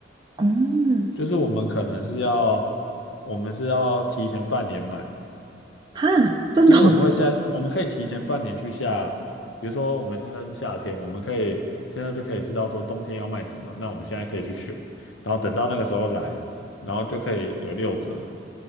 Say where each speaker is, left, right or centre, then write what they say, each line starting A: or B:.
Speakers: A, on the right; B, on the left.
A: 嗯，
B: 就是我们可能是要，我们是要提前半年买，
A: 哈，真的哦，
B: 就是我们会先，我们可以提前半年去下，比如说我们现在是夏天，我们可以现在就可以知道说冬天要卖什么，那我们现在可以去选，然后等到那个时候来，然后就可以有六折，